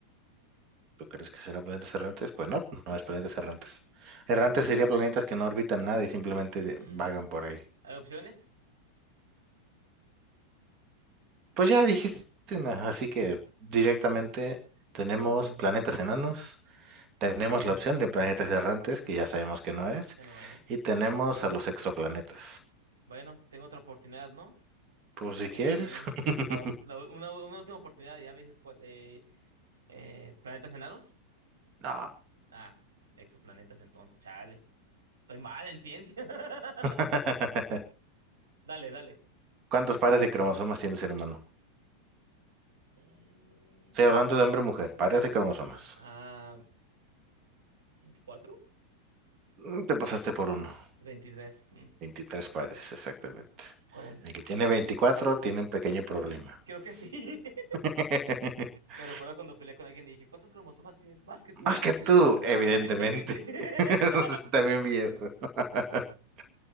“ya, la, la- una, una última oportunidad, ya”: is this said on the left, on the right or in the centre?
Right